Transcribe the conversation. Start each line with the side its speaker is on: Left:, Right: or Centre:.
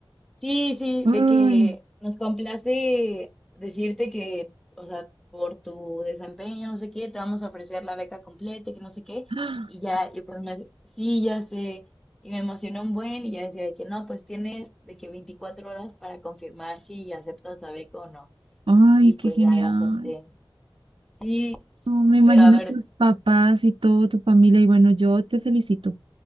Centre: sí, sí,
Right: Uy.
Centre: de que nos complace decirte que, o sea, por tu desempeño, no sé qué, te vamos a ofrecer la beca completa, y que no sé qué.
Right: <gasps>
Centre: Y ya, y pues me hace, sí, ya sé. Y me emocionó un buen y ya decía de que no, pues tienes de que 24 horas para confirmar si aceptas la beca o no.
Right: Ay,
Centre: Y pues
Right: qué genial.
Centre: ya la acepté. Sí,
Right: No, me imagino
Centre: pero a ver,
Right: tus papás y toda tu familia. Y bueno, yo te felicito.